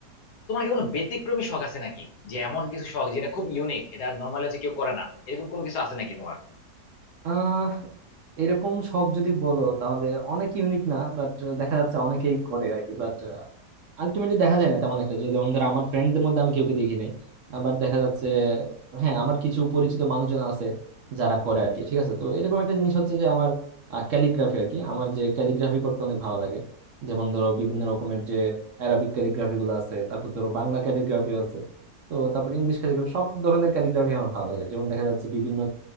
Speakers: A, on the left; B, on the right.
A: তোমার কি কোনো ব্যতিক্রমী শখ আছে নাকি যে এমন কিছু শখ যেটা খুব ইউনিক এটা নর্মালি হচ্ছে কেউ করে না এরকম কোনো কিছু আছে নাকি তোমার
B: আহ এরকম শখ যদি বলো তাহলে অনেক ইউনিক না বাট দেখা যাচ্ছে অনেকেই করে আর কি বাট আলটিমেটলি দেখা যায় না তেমন একটা যে যেমন ধরো আমার ফ্রেন্ডদের মধ্যে আমি কেউকে দেখি নাই আবার দেখা যাচ্ছে হ্যাঁ আমার কিছু পরিচিত মানুষজন আছে যারা করে আর কি ঠিক আছে তো এরকম একটা জিনিস হচ্ছে যে আমার ক্যালিগ্রাফি আর কি আমার যে ক্যালিগ্রাফি করতে অনেক ভালো লাগে যেমন ধরো বিভিন্ন রকমের যে অ্যারাবিক ক্যালিগ্রাফি গুলো আছে তারপর ধরো বাংলা ক্যালিগ্রাফি আছে তো তারপর ইংলিশ ক্যালিগ্রাফি সব ধরনের ক্যালিগ্রাফি আমার ভালো লাগে যেমন দেখা যাচ্ছে বিভিন্ন